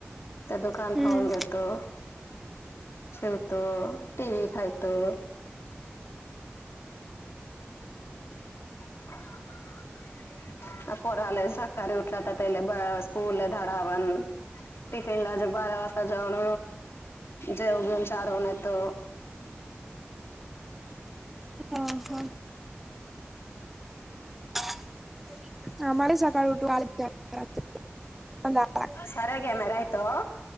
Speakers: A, on the left; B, in the centre.
A: ते दुकान
B: हम्म
A: पाहून घेतो, शिवतो, टी व्ही फायतो. <unintelligible> <unintelligible> टिफिन लंच बारा वाजता जाऊन जेवण चारून येतो.
B: हं हं. <unintelligible>
A: <unintelligible>